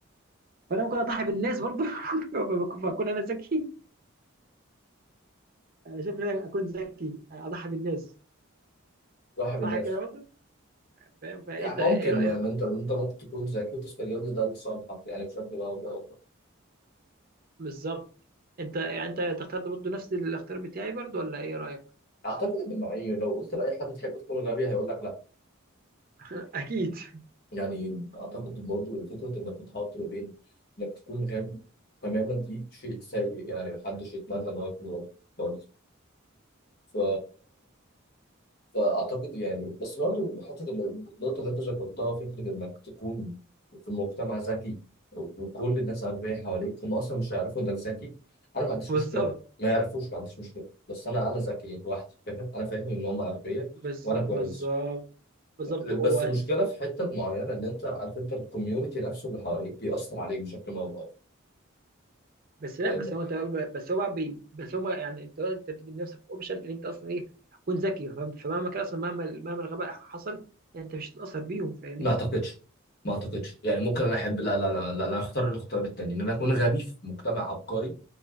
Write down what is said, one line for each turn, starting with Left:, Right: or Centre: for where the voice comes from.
Right: فانا ممكن اضحي بالناس برضه <laughs> فاكون انا ذكي انا شايف ان انا اكون ذكي اضحي بالناس
Left: صاحب
Right: صح
Left: الناس
Right: كده برضه فاهم فانت
Left: يعني ممكن
Right: ايه رايك
Left: ان انت ان انت ممكن تكون ذكي وتستغل ده لصالحك يعني بشكل او باخر
Right: بالظبط انت يعني انت تختار برضه نفس الاختيار بتاعي برضه ولا ايه رايك
Left: اعتقد ان معي لو قلت لاي حد تحب تكون غبي هيقول لك لا
Right: اكيد <laughs>
Left: يعني اعتقد برضو فكره انك تتحط ما بين انك تكون غبي تماما دي شيء سيء يعني محدش يتمنى ان هو يكون غبي خالص ف فاعتقد يعني بس برضه حته ال- النقطه اللي انت ذكرتها فكره انك تكون في مجتمع ذكي وكل الناس اغبياء حواليك هم اصلا مش هيعرفوا انك ذكي انا ما عنديش
Right: بالظبط
Left: مشكله ما يعرفوش ما عنديش مشكله بس انا انا ذكي لوحدي فاهم انا فاهم ان هم اغبياء
Right: بالظ-
Left: وانا كويس
Right: بالظبط بالظبط
Left: بس
Right: وهتس-
Left: المشكله في حته معينه ان انت عارف انت الكوميونتي نفسه اللي حواليك بيأثر عليك بشكل ما او بآخر
Right: بس لا
Left: لان
Right: بس هو انت بس هو بقى بي بس هم يعني انت انت بتدي لنفسك اوبشن ان انت اصلا ايه هتكون ذكي فاهم؟ فمهما كان اصلا مهما مهما الغباء حصل يعني انت مش هتتاثر بيهم فاهمني؟
Left: ما اعتقدش ما اعتقدش يعني ممكن انا احب لا لا لا لا انا اختار الاختيار التاني ان انا اكون غبي في مجتمع عبقري